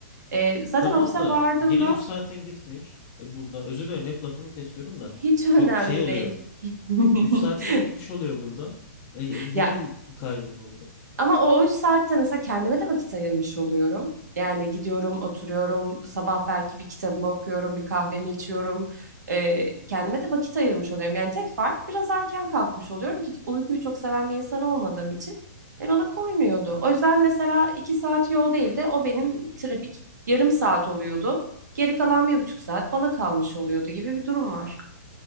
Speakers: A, on the right (about 80°); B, on the left (about 25°).
A: E, zaten
B: Tamam
A: ofise
B: da
A: vardığımda
B: yine 3 saatin gitmiş. E burada özür dilerim hep lafını kesiyorum da
A: hiç önemli
B: çok şey oluyor.
A: değil. <laughs>
B: 3 saatin gitmiş oluyor burada. E, e, yine
A: Ya
B: bir, bir kaybın oldu.
A: Ama o 3 saatte mesela kendime de vakit ayırmış oluyorum. Yani gidiyorum, oturuyorum, sabah belki bir kitabımı okuyorum, bir kahvemi içiyorum. Ee, kendime de vakit ayırmış oluyorum. Yani tek fark biraz erken kalkmış oluyorum ki uykuyu çok seven bir insan olmadığım için e, bana koymuyordu. O yüzden mesela 2 saat yol değil de o benim trafik yarım saat oluyordu. Geri kalan bir buçuk saat bana kalmış oluyordu gibi bir durum var.